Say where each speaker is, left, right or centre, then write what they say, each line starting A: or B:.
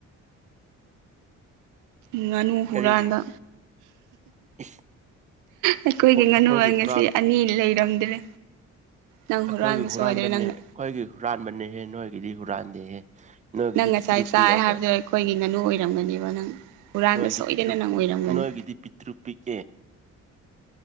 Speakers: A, on the right (about 85°); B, on the right (about 25°).
A: ꯉꯥꯅꯨ ꯍꯨꯔꯥꯟꯕ
B: ꯀꯔꯤꯒꯤ ꯏꯁ
A: ꯑꯩꯈꯣꯏꯒꯤ
B: ꯑꯩꯈꯣꯏ
A: ꯉꯥꯅꯨ ꯉꯁꯤ
B: ꯍꯨꯔꯥꯟ
A: ꯑꯅꯤ ꯂꯩꯔꯝꯗ꯭ꯔꯦ ꯅꯪ ꯍꯨꯔꯥꯟꯕ
B: ꯑꯩꯈꯣꯏꯒꯤ ꯍꯨꯔꯥꯟꯕꯅꯦ
A: ꯁꯣꯏꯗ꯭ꯔꯦ ꯅꯪꯅ
B: ꯑꯩꯈꯣꯏꯒꯤ ꯍꯨꯔꯥꯟꯕꯅꯦꯍꯦ ꯅꯣꯏ ꯃꯤꯒꯤꯗꯤ ꯍꯨꯔꯥꯟꯗꯦꯍꯦ ꯅꯣꯏꯒꯤꯗꯤ
A: ꯅꯪ ꯉꯁꯥꯏ
B: ꯄꯤꯛꯇ꯭ꯔꯨ
A: ꯆꯥꯏ
B: ꯄꯤꯛꯑꯒ
A: ꯍꯥꯏꯕꯗꯣ ꯑꯩꯈꯣꯏꯒꯤ ꯉꯥꯅꯨ ꯑꯣꯏꯔꯝꯒꯅꯦꯕ ꯅꯪ ꯍꯨꯔꯥꯟꯕ
B: ꯅꯣꯏꯒꯤꯗꯤ
A: ꯁꯣꯏꯗꯅ
B: ꯄꯤ꯭ꯇꯔꯨ
A: ꯅꯪ ꯑꯣꯏꯔꯝꯒꯅꯤ
B: ꯅꯣꯏꯒꯤꯗꯤ ꯄꯤꯛꯇ꯭ꯔꯨ ꯄꯤꯛꯑꯦ